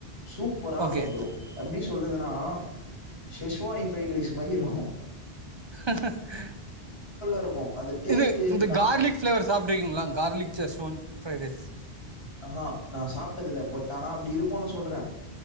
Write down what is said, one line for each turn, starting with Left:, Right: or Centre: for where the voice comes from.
Left: சூப்பரா
Right: ஓகே
Left: இருக்கு புரோ எப்டிஸ் சொல்றதுன்னா செஷ்வானி ப்ரைட் ரைஸ் மாரி இருக்கு
Right: <inaudible>
Left: இருக்கு அந்த டேஸ்ட்
Right: இது இந்த
Left: நா
Right: கார்லிக் பிளேவர் சாப்பிட்டுருக்கீங்களா கார்லிக் செஸ்வொன் ப்ரைட் ரைஸ்
Left: அஹா நான் சாப் டதுல்ல பட் ஆனா அப்டி இருக்குனு சொல்றே